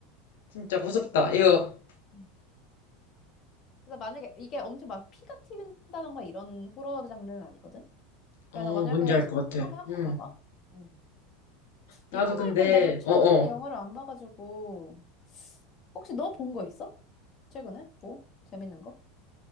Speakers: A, on the left; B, on the left.
A: 진짜 무섭다. 이거,
B: 음. 그래서 만약에 이게 엄청 막 피가 튀긴다던가 이런 호러 장르는 아니거든?
A: 어,
B: 그래서 만약에
A: 뭔지 알
B: 심심하면
A: 것 같아.
B: 한번
A: 응.
B: 봐봐. 음.
A: 나도
B: 이것
A: 근데,
B: 말고 나도 최근에
A: 어어.
B: 영화를 안 봐가지고 혹시 너 본 거 있어? 최근에? 뭐? 재밌는 거?